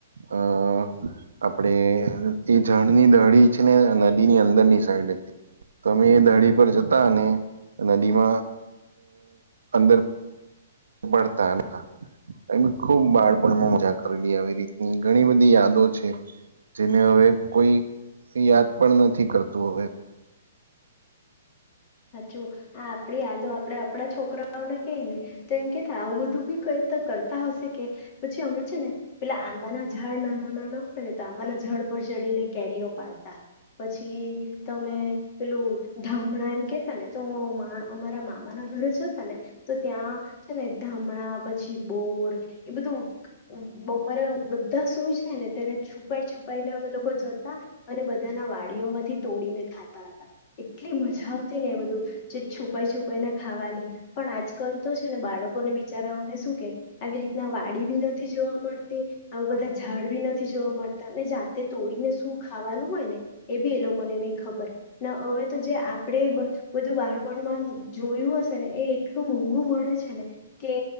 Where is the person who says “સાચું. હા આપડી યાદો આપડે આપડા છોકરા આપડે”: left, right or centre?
Left